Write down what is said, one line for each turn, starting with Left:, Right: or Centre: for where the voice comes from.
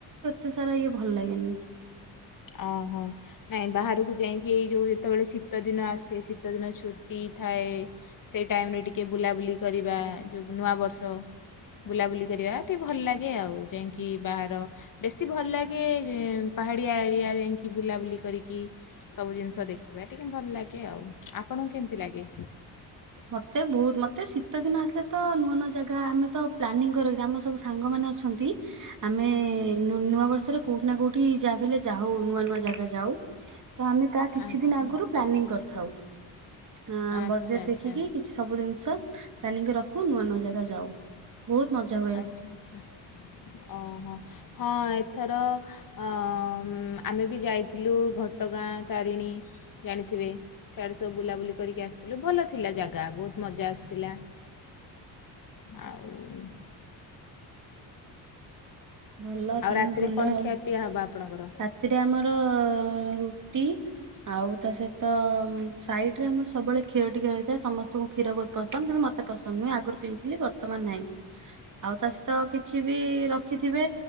Right: ତେ ସାରା ଇଏ ଭଲ ଲାଗେନି।
Left: ଓହୋ। ନାଇଁ ବାହାରକୁ ଯାଇଁକି ଏଇ ଯୋଉ ଯେତେବେଳେ ଶୀତଦିନ ଆସେ ଶୀତଦିନ ଛୁଟି ଥାଏ। ସେଇ ଟାଇମ୍ ରେ ଟିକେ ବୁଲାବୁଲି କରିବା ଯୋଉ ନୂଆବର୍ଷ। ବୁଲାବୁଲି କରିବା ଟିକେ ଭଲ ଲାଗେ ଆଉ। ଯାଇଁକି ବାହାର ବେଶୀ ଭଲ ଲାଗେ ଯେ ପାହାଡିଆ ଏରିଆ ଯାଇଁକି ବୁଲାବୁଲି କରିକି ସବୁ ଜିନ୍ଷ ଦେଖିବା ଟିକେ ଭଲ୍ ଲାଗେ ଆଉ ଆପଣଙ୍କୁ କେମ୍ତି ଲାଗେ?
Right: ମତେ ଭୋଉତ୍ ମତେ ଶୀତ ଦିନ ଆସିଲେ ତ ନୂଆ ନୂଆ ଜାଗା ଆମେ ତ ପ୍ଲାନିଂ କରି ରଖିଥାଉ ଆମର ସବୁ ସାଙ୍ଗ ମାନେ ଅ ଛନ୍ତି ଆମେ ନୂ ନୂଆ ବର୍ଷରେ କୋଉଠି ନା କୋଉଠି ଯାଆବି ହେଲେ ଯାହୁ ନୂଆ ନୂଆ ଜାଗା ଯାଉ। ତ ଆମେ ତା କିଛି
Left: ଆଚ୍ଛା
Right: ଦିନ୍ ଆଗୁରୁ ପ୍ଲାନିଂ କରିଥାଉ ଆଁ
Left: ଆଚ୍ଛା
Right: ବଜେଟ୍
Left: ଆଚ୍ଛା
Right: ଦେ ସବୁ ଜିନ୍ଷ ପ୍ଲାନିଂ କରି ରଖୁ ନୂଆ ନୂଆ ଜାଗା ଯାଉ। ଭୋଉତ୍ ମଜା। ହୁଏ।
Left: ଆଚ୍ଛା ଆଚ୍ଛା ଓଁ ହଁ। ଏଥର ଅଁ ମ୍ ଆମେ ବି ଯାଇଥିଲୁ ଘଟଗାଁ ତାରିଣୀ। ଜାଣିଥିବେ ସିଆଡେ ସବୁ ବୁଲାବୁଲି କରିକି ଆସିଥିଲୁ ଭଲ ଥିଲା ଜାଗା ବୋହୁତ୍ ମଜା ଆସିଥିଲା। ଆଉମ୍
Right: ଭଲ
Left: ଆଉ
Right: ତମେ
Left: ରାତିରେ
Right: ବୁଲ
Left: କ'ଣ
Right: ଆଉ
Left: ଖିଆପିଆ ହେବ ଆପଣଙ୍କର
Right: ରାତିରେ ଆମର ରୁଟି ଆଉ ତା ସହିତ ଉମ୍ ସାଇଟ୍ ରେ ଆମର ସବୁବେଳେ କ୍ଷୀର ଟିକେ ରହିଥାଏ ସମସ୍ତୁଙ୍କୁ କ୍ଷୀର ଭୋଉତ୍ ପସନ୍ଦ କିନ୍ତୁ ମତେ ପସନ୍ଦ ନୁହେ ଆଗରୁ ପିଉଥିଲି ବର୍ତ୍ତମାନ୍ ନ୍ହାଇଁ।
Left: ଆଜ୍ଞା।
Right: ଆଉ ତା ସଇତ କିଛି ବି ର ଖିଥିବେ